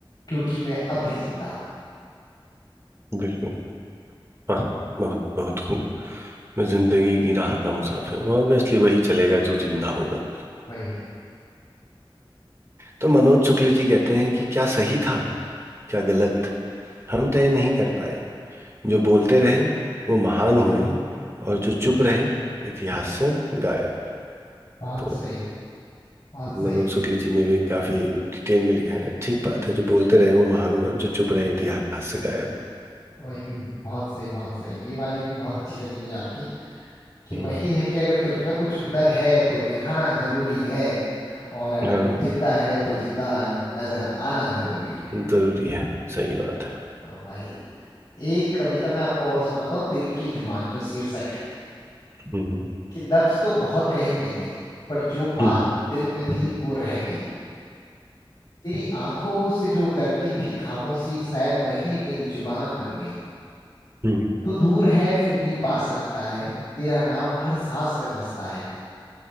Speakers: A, on the left (about 50°); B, on the right (about 30°).
A: क्योंकि मैं अब भी जिंदा हूँ
B: बिल्कुल वाह बहुत बहुत खूब मैं जिंदगी की राह का मुसाफिर हूँ ऑब्वियसली वही चलेगा जो जिंदा होगा
A: वही
B: तो मनोज शुक्ल जी कहते हैं कि क्या सही था क्या गलत हम तय नहीं कर पाए जो बोलते रहे वो महान हुए और जो चुप रहे इतिहास से गायब
A: बहुत
B: तो
A: सही बहुत सही
B: मनोज शुक्ल जी ने भी काफी डिटेल में लिखा है ठीक बात है जो बोलते रहे वो महान हुआ जो चुप रहे इतिहास से गायब
A: वही बहुत सही बहुत सही ये वाली भी बहुत अच्छी लगी मुझे आपकी कि
B: हम्म,
A: वही है कि अगर तुझमें कुछ हुनर है तो दिखाना जरूरी है और अगर
B: हाँ
A: तू जिंदा है तो जिंदा नजर आना जरूरी है
B: जरूरी है सही बात है
A: वही एक कविता मैं आपको और सुनाता हूँ दिल की जुबान जो शीर्षक है
B: हम्म
A: कि लफ्ज तो बहुत कहे मैंने पर जो बात
B: हम्म
A: दिल में थी वो रह गई तेरी आंखों से जो उतरती थी खामोशी शायद वही मेरी जुबान बन गई
B: हम्म,
A: तू दूर है फिर भी पास लगता है तेरा नाम हर सांस में बसता है